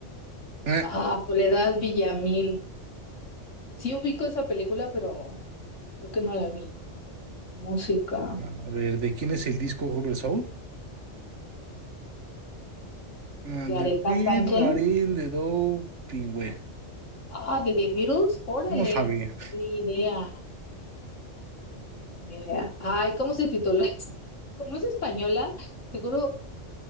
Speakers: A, on the right; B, on the left.
A: Eh,
B: Ah, Soledad Villamil. Sí ubico esa película, pero creo que no la vi. Música.
A: no, A ver, ¿de quién es el disco Rubber Soul? Ah,
B: De
A: De
B: Aretha
A: Tin
B: Franklin.
A: Marín, de doping, güey.
B: Ah, de The Beatles. Órale.
A: No sabía.
B: Ni idea. Ni idea. Ay, ¿cómo se titula? <laughs> Como es española, seguro